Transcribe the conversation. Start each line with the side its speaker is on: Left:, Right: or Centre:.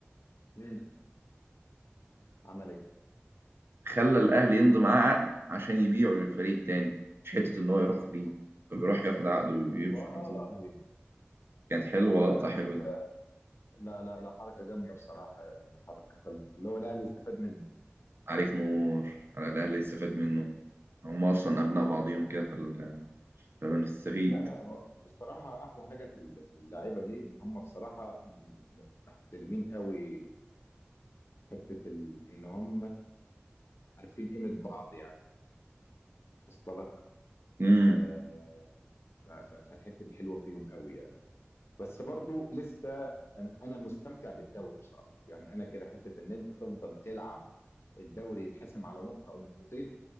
Left: امم عمل ايه؟
Right: خلى الاهلي يمضي معاه عقد عشان يبيعه للفريق التاني مش حته ان هو يروح فري طب يروح ياخد عقده ويمشي
Left: والله
Right: على طول كانت حلوه
Left: والله
Right: لقطه
Left: طب
Right: حلوه دي
Left: لا لا لا حركة جامدة بصراحة يعني حركة حلوة اللي هو الأهلي استفاد منه
Right: عليك نور على الاهلي يستفاد منه هم اصلا ابناء بعضيهم كده في ال- فبنستفيد
Left: لا لا هو بصراحة أحلى حاجة في ال- في اللعيبة دي إن هم بصراحة م- م- محترمين قوي حته ال... ان هم عارفين قيمه بعض يعني وصل لك
Right: امم
Left: آه ف... ف... فالحته دي حلوه فيهم قوي يعني بس برضو لسه انا أنا مستمتع بالدوري بصراحه يعني انا كده حته ان انت تفضل تلعب الدوري يتحسم على نقطه او نقطتين